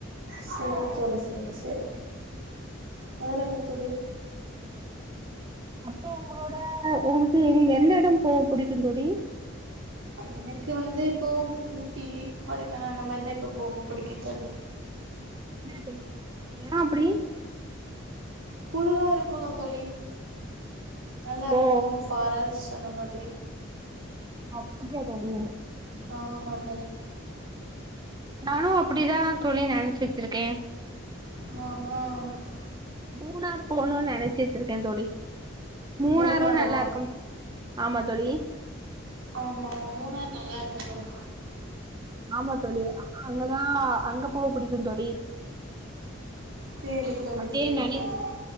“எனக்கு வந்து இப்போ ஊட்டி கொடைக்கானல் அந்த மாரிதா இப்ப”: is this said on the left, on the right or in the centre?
Right